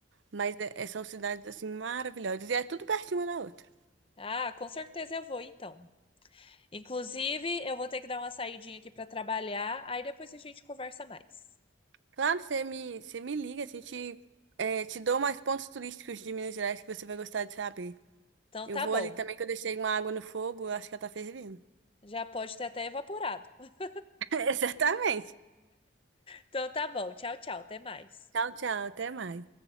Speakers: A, on the right (about 70°); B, on the left (about 30°).
A: Mas é- é- são cidades assim maravilhosas e é tudo pertinho uma da outra.
B: Ah, com certeza eu vou então. Inclusive, eu vou ter que dar uma saidinha aqui pra trabalhar, aí depois a gente conversa mais.
A: Claro, você me, você me liga, a gente é, te dou mais pontos turísticos de Minas Gerais que você vai gostar de saber.
B: Então
A: Eu
B: tá
A: vou
B: bom.
A: ali também que eu deixei uma água no fogo, eu acho que ela tá fervendo.
B: Já pode ter até evaporado. <laughs>
A: <laughs> Exatamente.
B: Então tá bom. Tchau, tchau. Até mais.
A: Tchau, tchau, até mais.